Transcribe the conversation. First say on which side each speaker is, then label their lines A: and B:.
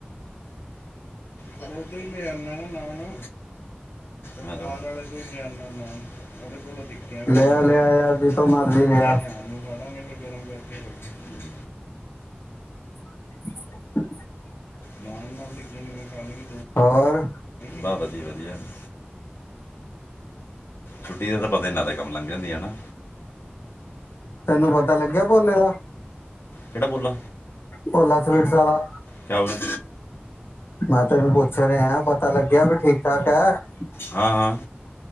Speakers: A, on the left; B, on the left.
A: ਤਲੋਕੀ ਲਿਆਂਦਾ ਨਾ ਨਾਨ ਮੈਂ ਨਾਲ ਆਲੇ ਦੇ ਈ ਲਿਆਂਦਾ ਨਾਨ, ਓਦੇ ਕੋਲੋਂ ਠੀਕ ਟਿੱੱਕੀਆਂ ਮਿਲ
B: ਲਿਆ
A: ਜਾਨੀਆਂ,
B: ਲਿਆ ਯਾਰ ਜਿੱਥੋਂ ਮਰਜ਼ੀ
A: ਟਿਕੀਆਂ
B: ਲਿਆ
A: ਸ਼ਾਮ ਨੂੰ ਖਾ ਲਾਂਗੇ, ਫੇਰ ਗਰਮ ਕਰਕੇ ਔਰ ਕੀ
B: <unintelligible>
A: ਨਾਨ ਨਾਲ ਤਾਂ ਕਿਵੇਂ ਖਾ ਲੇਗੀ।
B: ਔਰ
A: ਬਾ, ਵਧੀਆ -ਵਧੀਆ ਜੀ। ਛੁੱਟੀ ਦਾ ਤਾਂ ਪਤਾ ਹੀ ਨੀ ਲਗਦਾ, ਕੰਮ ਲੰਘ ਜਾਂਦੀ ਏ ਨਾ।
B: ਤੈਨੂੰ ਪਤਾ ਲੱਗੇਆ, ਭੋਲੇ ਦਾ-
A: ਕਿਹੜਾ ਬੋਲਾ
B: ਭੋਲਾ ਸਵੀਟਸ ਆਲਾ
A: ਕੇਆ ਹੋ ਰਾ
B: ਮੈਂ ਤੈਨੂੰ ਪੁੱਛ ਰਿਹਾਂ, ਪਤਾ ਲੱਗਿਆ ਵੀ ਠੀਕ- ਠਾਕ ਏ।
A: ਹਾਂ ਹਾਂ